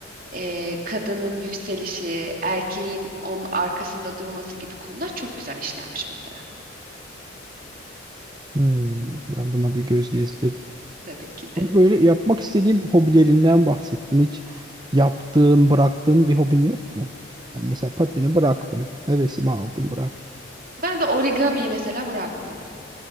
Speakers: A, on the right (about 50°); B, on the right (about 25°).
A: e, kadının yükselişi, erkeğin onun arkasında durması gibi konular çok güzel işlenmiş mesela.
B: Hmm, ben buna bir göz gezdiririm.
A: Tabii ki de.
B: Ama böyle yapmak istediğim hobilerinden bahsettin. Hiç yaptığın, bıraktığın bir hobin yok mu? Ben mesela pateni bıraktım. Hevesimi aldım, bıraktım.
A: Ben de origamiyi mesela bıraktım.